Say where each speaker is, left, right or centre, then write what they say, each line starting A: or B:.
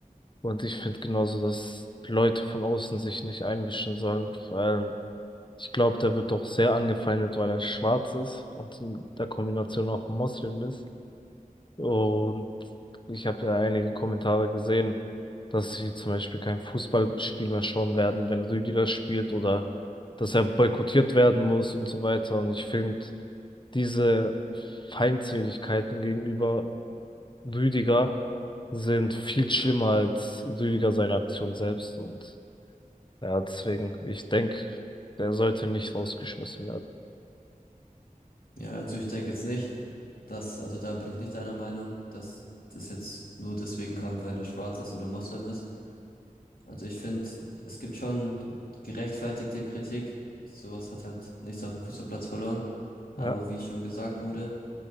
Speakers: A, on the left; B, on the left.
A: Und ich finde genauso, dass Leute von außen sich nicht einmischen sollen. Vor allem, ich glaube, der wird doch sehr angefeindet, weil er schwarz ist und in der Kombination auch Moslem ist. Und ich habe ja einige Kommentare gesehen, dass sie zum Beispiel kein Fußballspiel mehr schauen werden, wenn Rüdiger spielt oder dass er boykottiert werden muss und so weiter. Und ich finde, diese Feindseligkeiten gegenüber Rüdiger sind viel schlimmer als Rüdiger seine Aktion selbst. Und ja, deswegen, ich denke, der sollte nicht rausgeschmissen werden.
B: Ja, also ich denke jetzt nicht, dass, also da bin ich nicht einer Meinung, dass das jetzt nur deswegen kommt, weil er schwarz ist oder Moslem ist. Also ich finde, es gibt schon gerechtfertigte Kritik. Sowas hat halt nichts auf dem Fußballplatz verloren. Aber
A: Ja,
B: wie schon gesagt wurde,